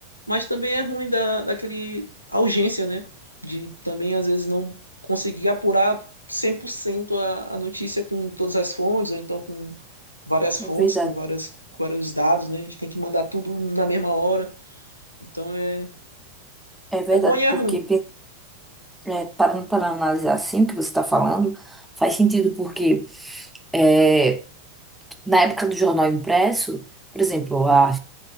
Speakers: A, on the left; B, in the centre.
A: mas também é ruim da, daquele a urgência, né? De também, às vezes, não conseguir apurar 100% a, a notícia com todas as fontes, ou então com várias fontes,
B: É verdade.
A: com várias, com vários dados, né? A gente tem que mandar tudo na mesma hora. Então, é,
B: É verdade,
A: é bom e é
B: porque
A: ruim,
B: É, parando para analisar assim o que você está falando, faz sentido porque é, na época do jornal impresso, por exemplo, a-